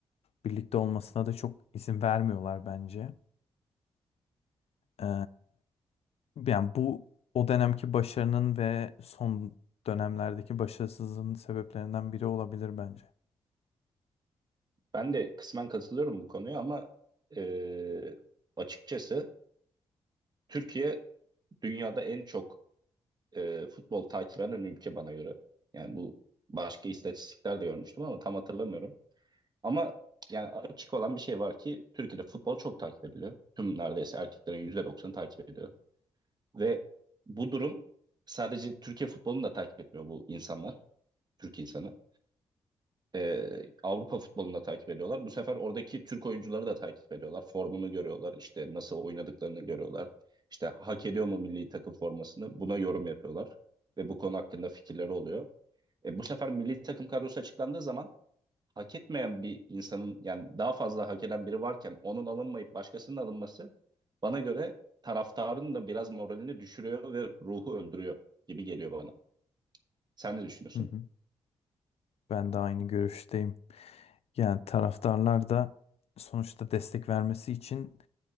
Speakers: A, on the left; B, on the right.
A: birlikte olmasına da çok izin vermiyorlar bence. Ee, Yani bu o dönemki başarının ve son dönemlerdeki başarısızlığın sebeplerinden biri olabilir bence.
B: Ben de kısmen katılıyorum bu konuya ama e, açıkçası Türkiye dünyada en çok e, futbol takip eden ülke bana göre. Yani bu başka istatistikler de görmüştüm ama tam hatırlamıyorum. Ama yani açık olan bir şey var ki Türkiye'de futbol çok takip ediliyor. Tüm neredeyse erkeklerin %90'ı takip ediyor. Ve bu durum sadece Türkiye futbolunu da takip etmiyor bu insanlar. Türk insanı. e, Avrupa futbolunu da takip ediyorlar. Bu sefer oradaki Türk oyuncuları da takip ediyorlar. Formunu görüyorlar. işte nasıl oynadıklarını görüyorlar. İşte hak ediyor mu milli takım formasını? Buna yorum yapıyorlar. Ve bu konu hakkında fikirleri oluyor. E, bu sefer milli takım kadrosu açıklandığı zaman hak etmeyen bir insanın yani daha fazla hak eden biri varken onun alınmayıp başkasının alınması bana göre taraftarın da biraz moralini düşürüyor ve ruhu öldürüyor gibi geliyor bana. Sen ne düşünüyorsun?
A: Hı hı. Ben de aynı görüşteyim. Yani taraftarlar da sonuçta destek vermesi için